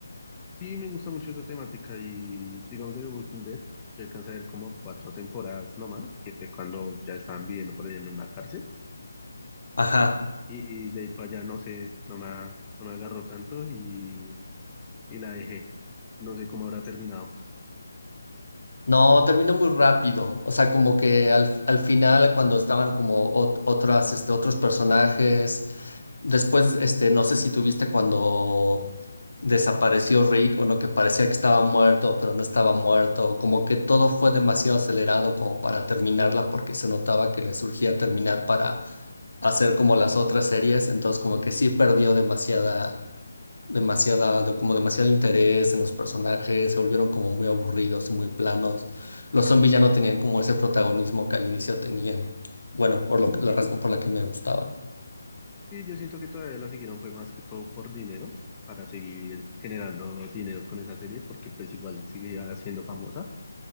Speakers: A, on the left; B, on the left.
A: Sí, me gusta mucho esta temática y digamos de The Walking Dead, yo alcancé a ver como cuatro temporadas nomás, que fue cuando ya estaban viviendo por ahí en una cárcel
B: Ajá.
A: y de ahí para allá no sé, no me, no me agarró tanto y, y la dejé. No sé cómo habrá terminado.
B: No, terminó muy rápido. O sea, como que al, al final, cuando estaban como ot- otras, este, otros personajes, después, este, no sé si tuviste cuando desapareció Rick o no, que parecía que estaba muerto, pero no estaba muerto. Como que todo fue demasiado acelerado como para terminarla, porque se notaba que le surgía terminar para hacer como las otras series. Entonces, como que sí perdió demasiada demasiada, de- como demasiado interés en los personajes, se volvieron como muy aburridos y muy planos. Los zombies ya no tenían como ese protagonismo que al inicio tenían. Bueno, por lo, que- la
A: Y,
B: razón por la que me gustaban.
A: y yo siento que todavía la siguieron fue más que todo por dinero, para seguir generando dinero con esa serie, porque pues igual seguía siendo famosa